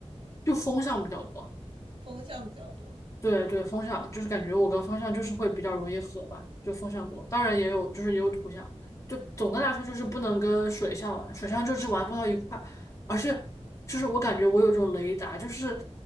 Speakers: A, on the left; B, on the right.
A: 就风向比较多。
B: 风象比较多。
A: 对对，风向就是感觉我跟风向就是会比较容易合吧，就风向多，当然也有就是也有土象，就总的来说就是不能跟水象玩，水象就是玩不到一块，而是就是我感觉我有一种雷达，就是